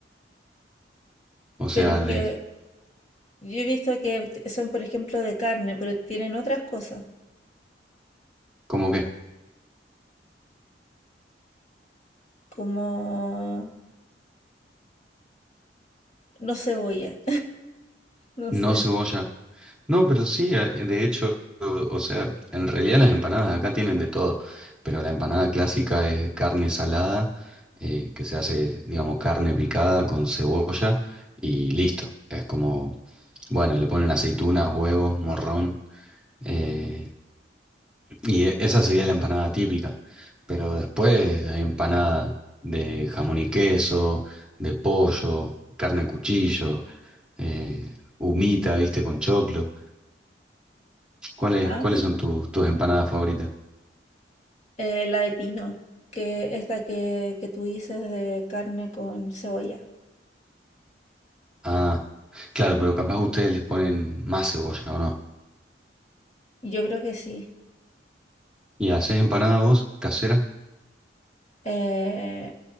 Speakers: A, in the centre; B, on the left (about 40°).
A: O sea,
B: pero es
A: les,
B: que yo he visto que t- son, por ejemplo, de carne, pero tienen otras cosas.
A: ¿cómo qué
B: como no cebolla, <laughs> no
A: No
B: sé.
A: cebolla. No, pero sí, eh, de hecho, o o sea, en realidad las empanadas de acá tienen de todo. Pero la empanada clásica es carne salada, eh, que se hace, digamos, carne picada con cebolla y listo. Es como Bueno, y le ponen aceitunas, huevos, morrón. eh, y e- esa sería la empanada típica. Pero después hay empanada de jamón y queso, de pollo, carne de cuchillo, eh, humita, viste, con choclo. ¿Cuáles,
B: Ay,
A: cuáles son tus, tus empanadas favoritas?
B: eh, la de pino, que esta que, que tú dices de carne con cebolla.
A: Ah, claro, pero capaz ustedes les ponen más cebolla, ¿o no?
B: Yo creo que sí.
A: ¿Y haces empanada vos, casera?
B: Eh,